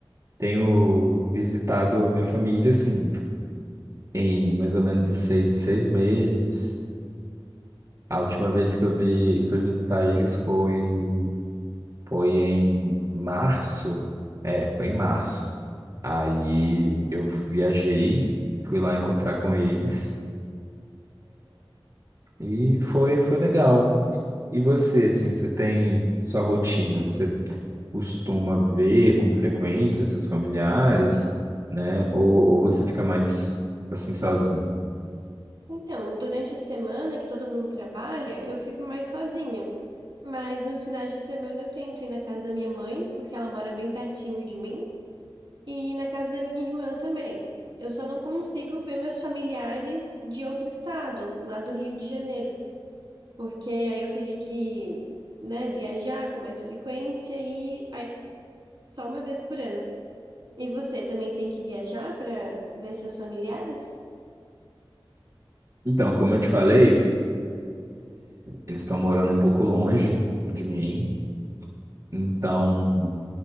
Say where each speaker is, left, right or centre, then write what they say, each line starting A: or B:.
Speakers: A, on the right; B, on the right.
A: tenho visitado minha família, assim, em mais ou menos de seis em seis meses. A última vez que eu vi, fui visitar eles foi, foi em março. É, foi em março. Aí eu viajei, fui lá encontrar com eles e foi, foi legal. E você,
B: Hum.
A: assim, você tem sua rotina? Você costuma ver com frequência seus familiares, né? Ou, ou você fica mais assim sozinho?
B: Então, durante a semana que todo mundo trabalha, eu fico mais sozinha. Mas nos finais de semana eu tento ir na casa da minha mãe, porque ela mora bem pertinho de mim, e na casa da minha irmã também. Eu só não consigo ver meus familiares de outro estado, lá do Rio de Janeiro, porque aí eu teria que, né, viajar com mais frequência e aí é só uma vez por ano. E você também tem que viajar para ver seus familiares?
A: Então, como eu te falei, eles estão morando um pouco longe de mim. Então,